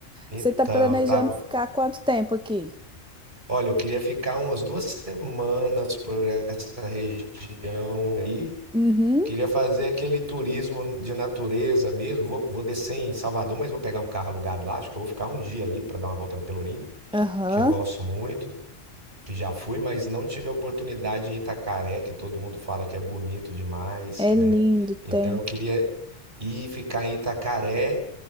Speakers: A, on the right; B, in the centre.
A: Então,
B: Você tá planejando
A: eu tava.
B: ficar quanto tempo aqui?
A: Olha, eu queria ficar umas duas semanas por essa região aí.
B: Uhum,
A: Queria fazer aquele turismo de natureza mesmo. Vou, vou descer em Salvador, mas vou pegar um carro alugado lá. Acho que eu vou ficar um dia ali para dar uma volta no Pelourinho,
B: aham.
A: que eu gosto muito, que já fui, mas não tive a oportunidade em Itacaré, que todo mundo fala que é bonito demais,
B: É
A: né?
B: lindo,
A: Então
B: tem.
A: eu queria ir ficar em Itacaré.